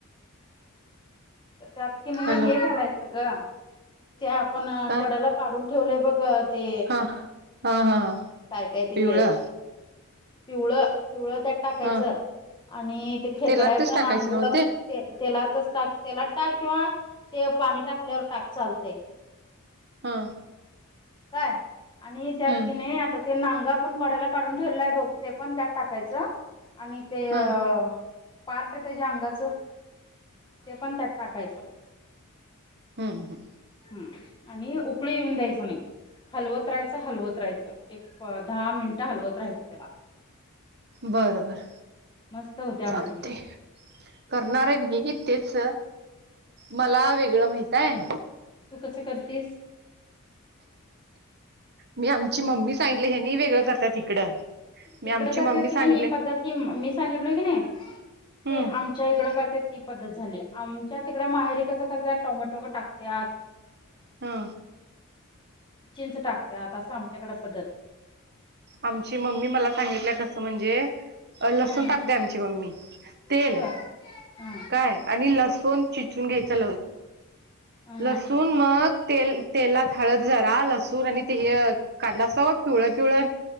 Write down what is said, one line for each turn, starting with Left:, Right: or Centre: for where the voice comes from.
Left: त्यात की नाही
Right: हॅलो
Left: हे घालायचं ग ते आपण
Right: काय
Left: कडला काढून ठेवलंय बघ अ ते
Right: हा हा, हा, हा!
Left: काय, काय ते
Right: पिवळं
Left: पिवळ, पिवळ, त्यात टाकायचं
Right: हा
Left: आणि ते खेकड्याच
Right: तेलातच टाकायचं
Left: नांग
Right: नव्ह
Left: ते तेलात तस टाक त्याला टाक किंवा ते पाणी टाकल्यावर टाक चालतय
Right: हा!
Left: काय आणि त्यात
Right: हम्म
Left: की नाही आता ते नांगा आपण कड्याला काढून ठेवलल्या बघ ते पण त्यात टाकायचं. आणि ते अ
Right: हा
Left: पार्ट त्याच्या अंगाचं ते पण त्यात टाकायचं
Right: हूं हूं!
Left: हम्म आणि उकळी येऊन द्यायच नाही हलवत राहायचं, हलवत राहायचं, एक दहा मिनिटं हलवत राहायचं त्याला
Right: बरबर
Left: मस्त होते आमटी
Right: चालते करणार आहे. तेच मला वेगळं माहिताय
Left: तू कसं करतीस
Right: मी आमची मम्मी सांगितली ह्यांनी वेगळं करतात इकडं मी
Left: हीकड
Right: आमची
Left: करतात
Right: मम्मी सांगितले
Left: की नाही ही पद्धत, ही मं मी सांगितलोय की नाही?
Right: हम्म
Left: ते आमच्या इकड करतेत ती पद्धत झाली, आमच्या तिकड माहेरी कसं करत्यात टोमॅटो टाकत्यात.
Right: हा!
Left: चिंच टाकत्यात असं आमच्याकडें पद्धत
Right: आमची मम्मी मला सांगितलं, कसं म्हणजे
Left: पद्धत
Right: अ लसूण टाकते आमची मम्मी, तेल
Left: होय हा
Right: काय आणि लसूण चि सून घ्यायचा
Left: हा हा
Right: लसुण मग तेल तेलात हळद जरा लसूण, आणि ते हे काढला असबग पिवळ पिव